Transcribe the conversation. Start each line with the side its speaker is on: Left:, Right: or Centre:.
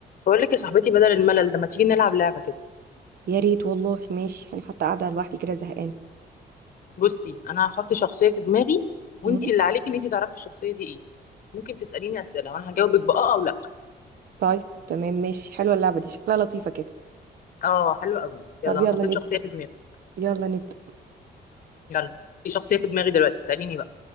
Left: بقول لك يا صاحبتي بدل الملل ده ما تيجي نلعب لعبة كده
Right: يا ريت والله ماشي انا حتى قاعده لوحدي كده زهقانه
Left: بصي انا هحط شخصية في دماغي وانتي
Right: مم.
Left: اللي عليكي ان انتي تعرفي الشخصية دي ايه ممكن تسأليني أسئلة وانا هجاوبك بآه او لا
Right: طيب تمام ماشي حلوه اللعبه دي شكلها لطيفه كده
Left: اه حلو قوي
Right: طب
Left: يلا انا
Right: يلا
Left: حطيت
Right: نبدا
Left: شخصية في دماغي
Right: يلا نبدا
Left: يلا في شخصية في دماغي دلوقتي اسأليني بقى